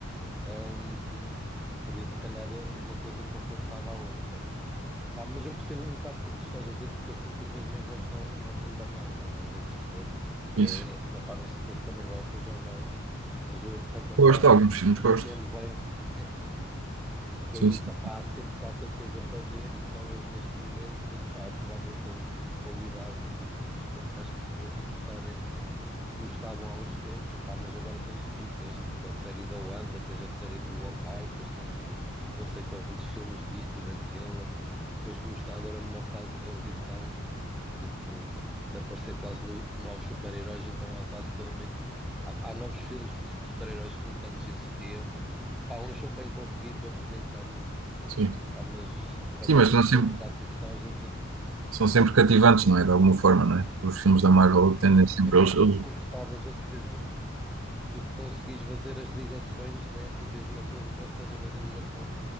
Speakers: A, in the centre; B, on the right (about 80°).
A: Ahm, por isso, se calhar, uma coisa compensava a outra. Pá, mas eu percebo um bocado o que é que tu estás a dizer, porque eu sinto o mesmo em relação ao mundo da Marvel, estás a perceber? É,
B: isso.
A: não, pá, não sei se também gostas ou não, mas eu, de certa
B: Gosto
A: forma,
B: de alguns filmes, gosto.
A: entendo bem porque que
B: Sim,
A: é isso,
B: sim,
A: pá, há sempre qualquer coisa para ver, então eles, neste momento, pá, apesar de em termos de qualidade, acho que estarem como estavam há uns tempos, pá, mas agora tens tudo, tens tipo a série da Wanda, tens a série do Hawkeye, depois tens tipo não sei quantos filmes disto e daquele, e depois como está agora numa fase de transição, tipo, de aparecer quase no- novos super-heróis, então há quase todo momento, há, há novos filmes de super-heróis que nunca antes existiam, pá, uns são bem conseguidos, outros nem tanto,
B: sim.
A: pá, mas por
B: Sim,
A: acaso
B: mas
A: eu
B: não
A: percebo
B: sempre.
A: um bocado o que é que estavas a dizer,
B: são sempre cativantes, não é? De alguma forma, não é? Os filmes da Marvel
A: sim,
B: tendem sempre,
A: é bem
B: eles,
A: aquilo
B: eles
A: que tu estavas a dizer, tu conseguis fazer as ligações, né? Tu vês uma coisa, parece que estás a fazer ligação